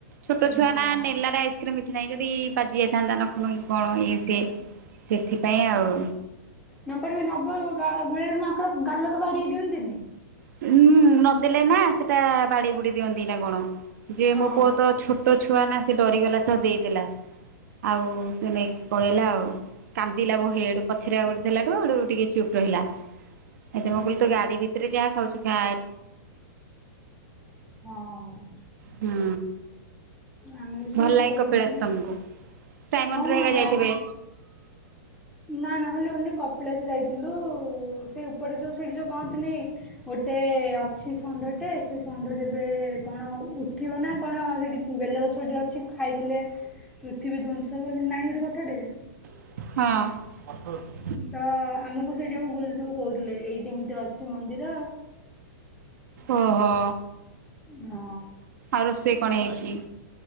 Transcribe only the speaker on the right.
ଛୋଟ ଛୁଆ
ନା ନେଲା କିଛି ନାହିଁ ଯଦି ବାଜି ଯାଇଥାନ୍ତା ନଖ ନୁଖୀ କଣ ଇଏ ସିଏ ସେଥିପାଇଁ ଆଉ।
ହୁଁ ନଦେଲେ ନା ସେଟା ବାଡି ବୁଡି ଦିଅନ୍ତି ନା କଣ ଯେ
ମୋ ପୁଅ ତ ଛୋଟ ଛୋଟ ଛୁଆ ନା ସେ ଡରିଗଲା ଦେଇଦେଲା ଆଉ ସେ ନେଇକି ପଳେଇଲା ଆଉ। କାନ୍ଦିଲା ବହେ ହେଠୁ ପଛରେ ଆଉ ଗୋଟେ ଦେଲା ଠୁୁ ଟିକେ ଚୁପ୍ ରହିଲା। ଏଠୁ
ମୁଁ କହିଲି ତୁ ଗାଡି ଭିତରେ ଯାହା ଖାଉଛୁ ଖା।
ହୁଁ।
ଭଲ ଲାଗେ
କପିଳାସ
ତମକୁ ସାଇ
ମନ୍ଦିର
ହେକା
ଯାଇଥିବେ।
ହଁ।
ଓହୋ।
ଆଉ ରୋଷେଇ କଣ ହେଇଚି।